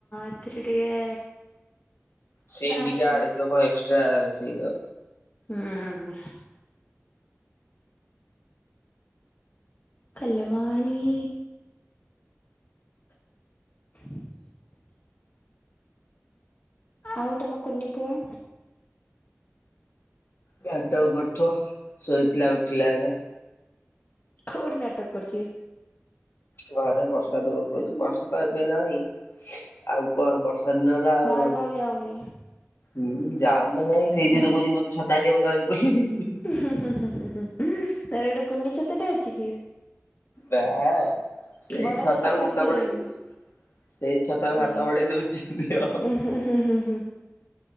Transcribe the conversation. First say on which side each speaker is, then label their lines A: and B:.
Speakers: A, on the left; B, on the left.
A: ଏଥିରେ ଟିକେ।
B: ସୀନ
A: ନାସ
B: ଟିକେ ଆଡ଼ ହେଇଥିବ କଣ ଟିକେ ଏକ୍ସଟ୍ରା ସୀନ ଆଉ।
A: ହୁଁ। କଲବାଣୀ। <inaudible> ଆଉ ତମ କୁନି ପୁଅ?
B: ନାଟକ କରୁଥିବ ଶୋଇଥିଲା ଉଠିଲା ଏବେ।
A: କଉଠି ନାଟକ କରୁଛି।
B: ଘରେ ବର୍ଷା ଦ ପକଉଛି ବର୍ଷା ତ ଏବେ ନାହିଁ ଆଉ କଣ ବର୍ଷା। ସଦନଲା ଆଉ।
A: ବାହାରକୁ ଯାଉନି
B: ହୁଁ ଯାଉନି ଯାଇଁ ସେଇଥିରେ କହୁଛି ମତେ ଛତା ଧରି ବୁଲିବି।
A: ହୁଁ ହୁଁ ହୁଁ ତାର ଗୋଟେ କୁନି ଛତା ଟା ଅଛି କି?
B: ନାଁ ସେଇ
A: ବଡ
B: ଛତାକୁ
A: ଛତା କହୁଛି
B: ହାତ
A: ଧରିମି
B: ବଢେଇ ଦଉଛି। ସେଇ ଛତାକୁ
A: ଯା
B: ହାତ ବଡେଇ ଦଉଛି ଦିଅ
A: ଉଁ ହୁଁ ହୁଁ ହୁଁ ହୁଁ